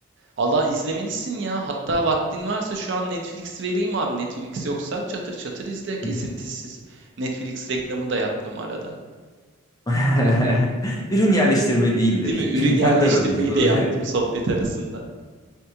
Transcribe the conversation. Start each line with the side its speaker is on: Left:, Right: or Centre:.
Right: Valla izlemelisin ya. Hatta vaktin varsa şu an Netflix vereyim abi. Netflix yoksa çatır çatır izle kesintisiz.
Left: Hı hı.
Right: Netflix reklamı da yaptım arada.
Left: <laughs> Ürün yerleştirme değildir.
Right: Değil mi? Ürün
Left: <laughs>
Right: yerleştirmeyi
Left: Kendi aramızda.
Right: de yaptım
Left: bu.
Right: sohbet arasında.